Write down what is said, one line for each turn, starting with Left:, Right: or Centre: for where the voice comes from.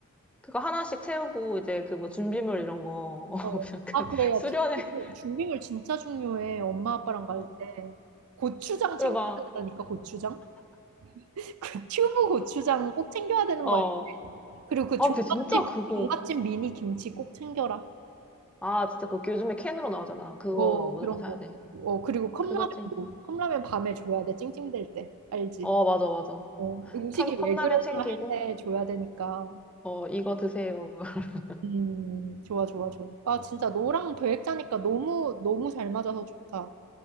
Centre: 그거 하나씩 채우고, 이제 그 뭐 준비물 이런 거, <laughs> 어,
Right: 어.
Centre: 약간
Right: 아, 그래. 야,
Centre: 수련회,
Right: 준비물, 준비물 진짜 중요해. 엄마 아빠랑 갈
Centre: 어,
Right: 때. 고추장
Centre: 그래
Right: 챙겨야
Centre: 봐.
Right: 된다니까, 고추장. <laughs> 그 튜브 고추장 꼭 챙겨야 되는
Centre: 어.
Right: 거야. 그리고 그
Centre: 아,
Right: 종갓집,
Centre: 그 진짜 그거.
Right: 종갓집 미니 김치 꼭 챙겨라.
Centre: 아, 진짜 그거 요즘에 캔으로 나오잖아. 그거
Right: 어,
Centre: 무조건
Right: 그런
Centre: 사야
Right: 거.
Centre: 돼.
Right: 어, 그리고 컵라면도.
Centre: 그거 챙,
Right: 컵라면 밤에 줘야 돼. 찡찡댈 때. 알지?
Centre: 어, 맞아, 맞아.
Right: 어, 음식이
Centre: 캔, 컵라면
Right: 왜 그러냐
Centre: 챙기고,
Right: 할 때 줘야 되니까.
Centre: 어, 이거 드세요. <laughs>
Right: 음, 좋아, 좋아, 좋아. 아, 진짜 너랑 계획 짜니까 너무, 너무 잘 맞아서 좋다.